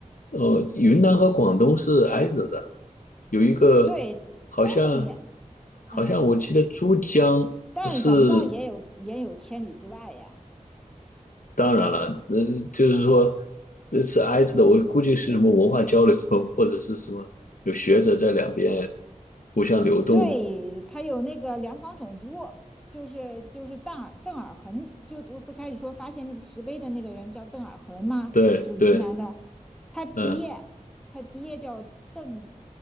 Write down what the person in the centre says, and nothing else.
对，
但是你，
嗯，但是怎么着也有也有千里之外呀。
对，
嗯，对，他有那个两广总督，就是就是邓尔邓尔恒，就我不开始说发现那个石碑的那个人叫邓尔恒吗？
就云南的，他爹他爹叫邓